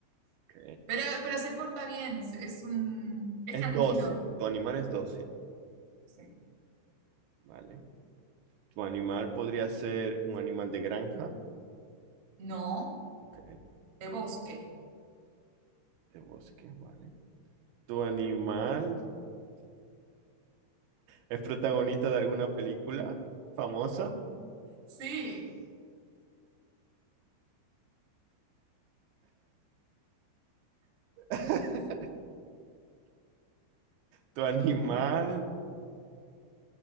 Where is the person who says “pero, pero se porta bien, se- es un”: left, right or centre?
Right